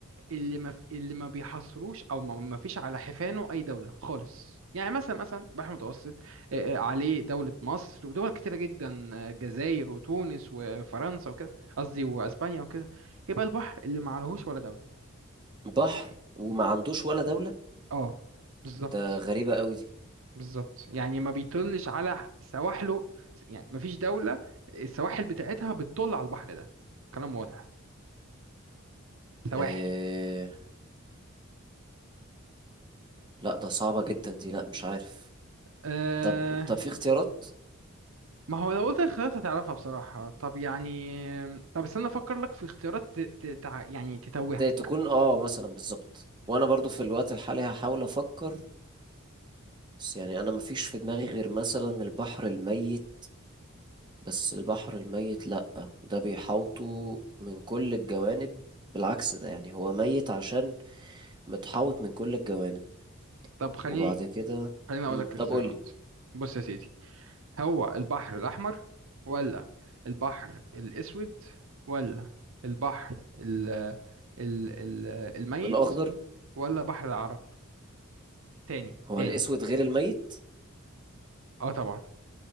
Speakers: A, on the right; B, on the right.
A: اللي ما في اللي ما بيحصروش او ما ما فيش على حفانه اي دوله خالص يعني مثلا مثلا البحر المتوسط آه آه، عليه دوله مصر ودول كتيره جدا آه، الجزائر وتونس وفرنسا وكده قصدي واسبانيا وكده يبقى البحر اللي ما عليهوش ولا دوله
B: بحر وما عندوش ولا دولة
A: اه بالظبط
B: ده غريبة قوي دي
A: بالظبط يعني ما بيطلش على سواحله يعني ما فيش دولة السواحل بتاعتها بتطل على البحر ده كلام واضح سواحل
B: إيه... لا ده صعبة جدا دي لا مش عارف
A: أه
B: طب طب في اختيارات
A: ما هو لو قلت الخيارات هتعرفها بصراحة طب يعني طب استنى افكر لك في اختيارات ت... ت... تع- يعني تتوهها
B: ت- تكون اه مثلا بالظبط وانا برضو في الوقت الحالي هحاول افكر بس يعني انا مفيش في دماغي غير مثلا البحر الميت بس البحر الميت لا ده بيحوطه من كل الجوانب بالعكس ده يعني هو ميت عشان متحوط من كل الجوانب
A: طب خليني
B: وبعد كده
A: خليني اقول
B: مم.
A: لك الاختيارات
B: طب قولي
A: بص يا سيدي هو البحر الاحمر ولا البحر الاسود ولا البحر ال... ال... ال... الميت
B: الاخضر
A: ولا بحر العرب تاني
B: هو
A: تاني
B: الاسود غير الميت
A: اه طبعا